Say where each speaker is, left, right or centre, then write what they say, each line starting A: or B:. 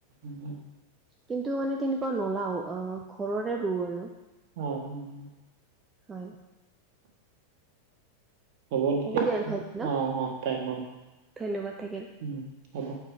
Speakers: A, on the right; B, on the right.
A: <unintelligible>
B: কিন্তু মানে তেনেকুৱা নলাও, অ ঘৰৰে ৰোওঁ আৰু।
A: অ উম।
B: হয়।
A: হ'ব নেকি আৰু?
B: দিয়া নহলে ন
A: অ অ টাইম হ'ল,
B: ধন্যবাদ থাকিল।
A: উ হ'ব।